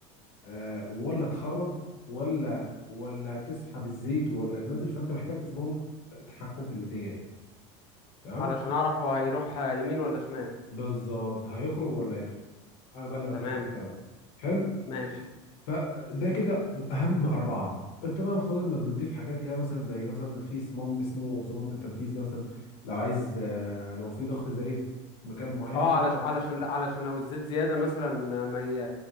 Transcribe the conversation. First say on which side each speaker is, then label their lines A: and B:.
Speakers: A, on the left; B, on the left.
A: آه، ولا تخرج ولا ولا تسحب الزيت ولا تنزل فانت محتاج اصلا تحكم في الاتجاه تمام
B: علشان أعرف هو هيروح يمين ولا شمال
A: بالظبط هيخرج ولا هيدخل انا بقى اللي بتحكم
B: تمام
A: في بتاع ده حلو
B: ماشي
A: فده كده اهم اربعه انت بقى المفروض انك بتضيف حاجات كده مثلا زي مثلا في صمام اسمه صمام التنفيذ ده مثلا لو عايز آه، لو في ضغط زايد في مكان معين
B: اه
A: فانت
B: علش علشان لا علشان لو الزيت زيادة مثلا ما ي...